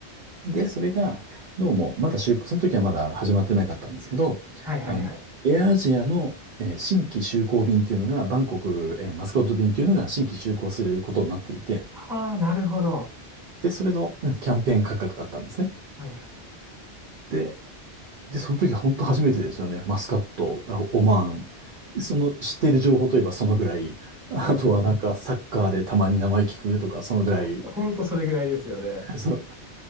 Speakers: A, on the right (about 55°); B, in the centre.
A: で、それが、どうも、まだ就、その時はまだ始まってなかったんですけど、
B: はいはいはい。
A: あの、エアアジアの、えー新規就航便っていうのが、バンコク、えーマスコット便っていうのが新規就航することになっていて、
B: ああ、なるほど。
A: で、それの、うんキャンペーン価格だったんですね。
B: はいはい。
A: で、で、その時本当初めてですよね。マスカット、あオマーン。その知っている情報といえばそのぐらい。あとはなんかサッカーでたまに名前聞くとか、
B: うん。
A: そのぐらい。
B: ほんとそれぐらいですよね。
A: そう。